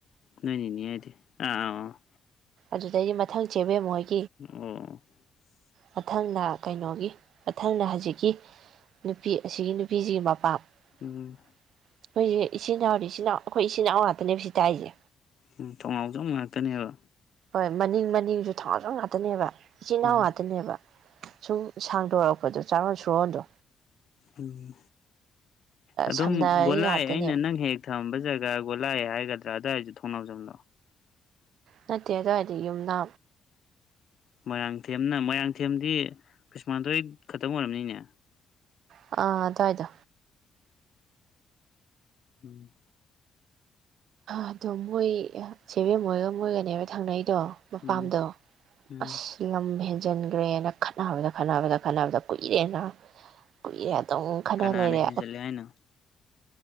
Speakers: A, on the left; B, on the right.
A: ꯅꯣꯏꯅꯤꯅꯤ ꯍꯥꯏꯗꯤ ꯑꯥ ꯑ
B: ꯑꯗꯨꯗꯩ ꯃꯊꯪ ꯆꯦꯕꯦꯝꯃꯣꯏ
A: ꯑꯣ
B: ꯃꯊꯪꯅ ꯀꯩꯅꯣꯒꯤ ꯃꯊꯪꯅ ꯍꯧꯖꯤꯛꯀꯤ ꯅꯨꯄꯤ ꯑꯁꯤꯒꯤ ꯅꯨꯄꯤꯁꯤꯒꯤ ꯃꯄꯥꯝ ꯑꯩꯈꯣꯏꯁꯦ
A: ꯎꯝ
B: ꯏꯆꯤꯟ ꯏꯅꯥꯎꯗꯤ ꯏꯆꯤꯟ ꯏꯅꯥꯎ ꯏꯆꯤꯟ ꯏꯅꯥꯎ ꯉꯥꯛꯇꯅꯦꯕ ꯁꯤ ꯇ ꯑꯩꯁꯦ
A: ꯎꯝ ꯊꯣꯡꯅꯥꯎꯖꯝ ꯉꯥꯛꯇꯅꯦꯕ
B: ꯍꯣꯏ ꯃꯅꯤꯡ ꯃꯅꯤꯡꯁꯨ ꯊꯥꯡꯖ ꯉꯥꯛꯇꯅꯦꯕ ꯏꯆꯤꯟ ꯏꯅꯥꯎ
A: ꯎꯝ
B: ꯋꯥꯇꯅꯦꯕ ꯁꯨꯝ ꯁꯥꯡꯗꯣꯔꯛꯄꯗꯣ ꯆꯥꯔꯣꯟ ꯁꯨꯔꯣꯟꯗꯣ
A: ꯎꯝ ꯑꯗꯨꯝ
B: ꯁꯝꯅꯔꯤ
A: ꯒꯣꯂꯥꯏ
B: ꯉꯥꯛꯇꯅꯦꯕ
A: ꯑꯩꯅ ꯅꯪ ꯍꯦꯛ ꯊꯝꯕ ꯖꯒꯥꯒꯣꯂꯥꯛꯑꯦ ꯍꯥꯏꯒꯗ꯭ꯔꯥ ꯑꯗꯨꯋꯥꯏꯁꯨ ꯊꯣꯡꯅꯥꯎꯖꯝꯂꯣꯑꯣ
B: ꯅꯠꯇꯦ ꯑꯗꯨꯋꯥꯏꯗꯤ ꯌꯨꯝꯗ
A: ꯃꯣꯏꯔꯥꯡꯊꯦꯝꯅ ꯃꯣꯏꯔꯥꯡꯊꯦꯝꯗꯤ ꯈ꯭ꯔꯤꯁꯃꯥꯟꯗꯣꯏ ꯈꯛꯇꯪ ꯑꯣꯏꯔꯕꯝꯅꯤꯅꯦ
B: ꯑ ꯑꯗꯗꯣ
A: ꯎꯝ
B: ꯑꯗꯣ ꯃꯣꯏ ꯆꯦꯕꯦꯝ ꯃꯣꯏꯒ ꯃꯣꯏꯒꯅꯦꯕ ꯊꯪꯅꯩ ꯇꯣ ꯃꯄꯥꯝꯗꯣ
A: ꯎꯝ ꯎꯝ
B: ꯑꯁ ꯅꯃꯦꯦ ꯍꯟꯖꯤꯟꯈ꯭ꯔꯦꯅ ꯈꯠꯅꯕꯗ ꯈꯠꯅꯕꯗ ꯈꯠꯅꯕꯗ ꯀꯨꯏꯔꯦꯅ ꯀꯨꯏꯔꯦ ꯑꯗꯨꯝ ꯈꯠꯅ
A: ꯀꯅꯥꯅ
B: ꯂꯩꯔꯦ
A: ꯍꯦꯟꯖꯜꯂꯦ ꯍꯥꯏꯅꯣ